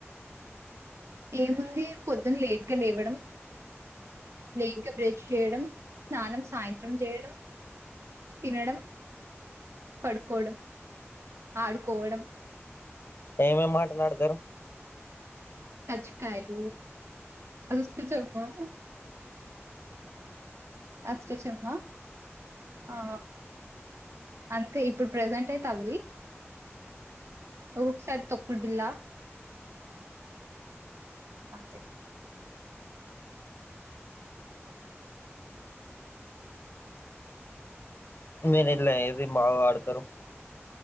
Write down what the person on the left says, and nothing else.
ఎమ్ ఎమ్ ఆటలు ఆడతారు
మీరు దీంట్లో ఏది బాగా ఆడతారు